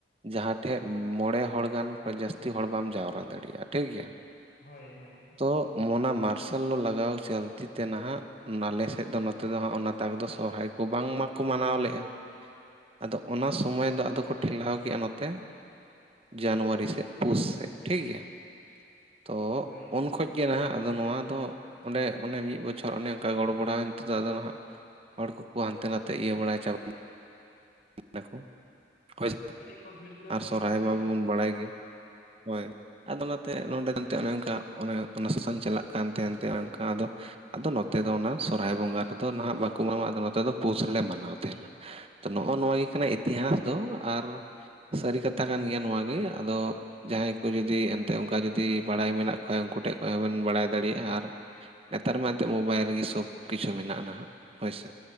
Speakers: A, on the right; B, on the left.
A: ᱡᱟᱦᱟᱸ ᱴᱷᱮᱜ ᱢᱚᱬᱮ ᱦᱚᱲ ᱜᱟᱱ ᱠᱷᱚᱱ ᱡᱟᱹᱥᱛᱤ ᱦᱚᱲ ᱵᱟᱢ ᱡᱟᱣᱨᱟ ᱫᱟᱲᱮᱜᱼᱟ ᱴᱷᱤᱠ ᱜᱮᱭᱟ᱾
B: ᱦᱳᱭ ᱦᱳᱭ
A: ᱚᱜ ᱢᱟᱨᱥᱟᱞ ᱞᱚ ᱞᱟᱜᱟᱣ ᱪᱟᱹᱞᱛᱤ ᱛᱮ ᱱᱟᱦᱟᱜ ᱱᱟᱞᱮ ᱥᱮᱜ ᱫᱚ ᱱᱚᱛᱮ ᱫᱚ ᱦᱟᱸᱜ ᱚᱱᱟ ᱛᱟᱠ ᱫᱚ ᱥᱚᱦᱨᱟᱭ ᱠᱚ ᱵᱟᱝ ᱢᱟᱠᱚ ᱢᱟᱱᱟᱣ ᱞᱮᱜᱼᱟ᱾ ᱟᱫᱚ ᱚᱱᱟ ᱥᱚᱢᱚᱭ ᱫᱚ ᱟᱫᱚ ᱠᱚ ᱴᱷᱮᱞᱟᱣ ᱠᱮᱜᱼᱟ ᱱᱚᱛᱮ᱾ ᱡᱟᱱᱣᱟᱨᱤ ᱥᱮᱜ ᱯᱩᱥ ᱥᱮᱜ ᱴᱷᱤᱠ ᱜᱮᱭᱟ᱾ ᱛᱚ
B: ᱦᱳᱭ
A: ᱩᱱ
B: ᱦᱳᱭ
A: ᱠᱷᱚᱡ ᱜᱮ ᱱᱟᱦᱟᱜ ᱟᱫᱚ ᱱᱚᱣᱟ ᱫᱚ ᱚᱸᱰᱮ ᱚᱱᱮ ᱢᱤᱫ ᱵᱚᱪᱷᱚᱨ ᱚᱱᱮ ᱚᱱᱠᱟ ᱜᱚᱲ ᱵᱚᱲᱟᱣᱮᱱ ᱛᱮᱫᱚ ᱟᱫᱚ ᱱᱟᱦᱟᱜ ᱦᱚᱲ ᱠᱚᱠᱚ ᱦᱟᱱᱛᱮ ᱱᱟᱛᱮ ᱜᱤᱭᱟᱹ ᱵᱟᱲᱟᱭ ᱪᱟᱵᱟ ᱫᱟᱠᱚ ᱦᱳᱭ ᱥᱮ
B: ᱠᱟᱹᱴᱤᱡ ᱠᱚ ᱵᱷᱤᱲᱠᱟᱹᱣ
A: ᱥᱚᱨᱦᱟᱭ
B: ᱧᱚᱜᱚᱜ ᱜᱮᱭᱟ
A: ᱢᱟ
B: ᱵᱟᱝ
A: ᱵᱩᱱ ᱵᱟᱲᱟᱭ ᱜᱮ ᱦᱳᱭ᱾ ᱟᱫᱚ ᱚᱱᱟᱛᱮ ᱱᱚᱸᱰᱮ ᱱᱟᱛᱮ ᱚᱱᱮ ᱚᱱᱠᱟ ᱚᱱᱮ ᱚᱱᱚ ᱥᱩᱥᱟᱱ ᱪᱟᱞᱟᱜ ᱠᱟᱱ ᱛᱮ ᱚᱱᱮ ᱚᱱᱠᱟ ᱟᱫᱚ ᱟᱫᱚ ᱱᱚᱛᱮ ᱫᱚ ᱚᱱᱟ ᱥᱚᱨᱦᱟᱭ ᱵᱚᱸᱜᱟ ᱨᱮᱫᱚ ᱱᱟᱦᱟᱜ ᱵᱟᱠᱚ ᱢᱟᱱᱟᱣᱟ ᱟᱫᱚ ᱱᱚᱛᱮ ᱫᱚ ᱯᱩᱥ ᱨᱮᱞᱮ ᱢᱟᱱᱟᱣ ᱛᱟᱦᱮᱱᱟ᱾ ᱱᱚᱜᱼᱚ ᱱᱚᱣᱟ ᱜᱮ ᱠᱟᱱᱟ ᱤᱛᱤᱦᱟᱥ ᱫᱚ ᱟᱨ ᱥᱟᱹᱨᱤ ᱠᱟᱛᱷᱟ ᱠᱟᱱ ᱜᱮᱭᱟ ᱱᱚᱣᱟ ᱜᱮ ᱟᱫᱚ ᱡᱟᱦᱟᱸᱭ ᱠᱚ ᱡᱩᱫᱤ ᱮᱱᱛᱮ ᱚᱱᱠᱟ ᱡᱩᱫᱤ ᱵᱟᱲᱟᱭ ᱢᱮᱱᱟᱜ ᱠᱷᱚᱭ ᱩᱱᱠᱩ ᱴᱷᱮᱱ ᱠᱚ ᱦᱚᱸᱵᱤᱱ ᱵᱟᱲᱟᱭ ᱫᱟᱲᱮᱭᱟᱜᱼᱟ, ᱟᱨ ᱱᱮᱛᱟᱨ ᱢᱟ ᱮᱱᱛᱮᱜ ᱢᱳᱵᱟᱭᱤᱞ ᱨᱮᱜᱮ ᱥᱚᱵᱽ ᱠᱤᱪᱷᱩ ᱢᱮᱱᱟᱜᱼᱟ ᱱᱟᱦᱟᱜ ᱦᱳᱭ ᱥᱮ᱾